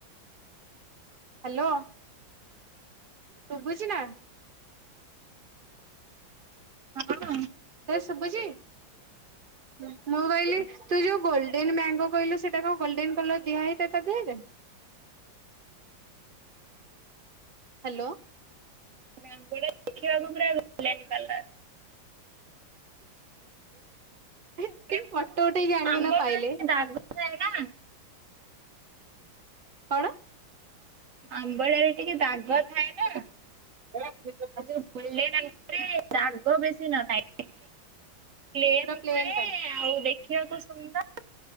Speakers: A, on the right (about 80°); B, on the right (about 50°).
A: ହ୍ୟାଲୋ, ଶୁଭୁଛି ନା?
B: ହଁ
A: ଏ ଶୁଭୁଛି, ମୁଁ କହିଲି ତୁ ଯୋଉ ଗୋଲଡେନ୍ ମ୍ୟାଙ୍ଗୋ କହିଲୁ ସେଟା କଣ ଗୋଲଡେନ୍ କଲର ଦିଆ ହେଇଥା ତା ଦେହରେ ହ୍ୟାଲୋ।
B: <unintelligible> ଦେଖିବାକୁ ପୁରା ଗୋଲଡେନ କଲର।
A: ଟିକେ
B: ମାନେ ମୁଁ
A: ଫଟୋ ଉଠେଇକି ଆଣିବ
B: ଆମ୍ବ
A: ନା ପାଇଲେ।
B: ଗୁରା ଦାଗ ଥାଏ ନା
A: କଣ?
B: ଆମ୍ବଳା ରେ ଟିକେ ଦାଗ ଥାଏ ନା।
A: ଏ <unintelligible>
B: <unintelligible> ଗୋଲଡେନ ଆମ୍ ରେ ଦାଗ ବେଶୀ ନଥାଏ। ପ୍ଲେନ୍
A: ପୁରା ପ୍ଲେନ୍
B: ଥାଏ,
A: ଟା
B: ଆଉ ଦେଖିବାକୁ ସୁନ୍ଦ